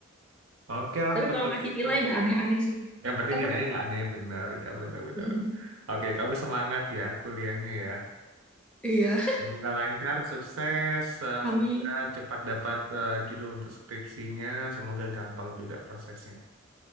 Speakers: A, on the right (about 75°); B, in the centre.
A: Oke lah
B: Tapi
A: kalau
B: kalau ngasih
A: gitu.
B: nilai gak aneh-aneh sih.
A: Yang penting
B: Apa
A: nilainya
B: Kak?
A: nggak aneh benar ya benar-benar.
B: Mm-mm.
A: Oke, kamu semangat ya kuliahnya ya.
B: Iya.
A: Semoga lancar, sukses, semoga
B: Amin.
A: cepat dapat eh, judul untuk skripsinya, semoga gampang juga prosesnya.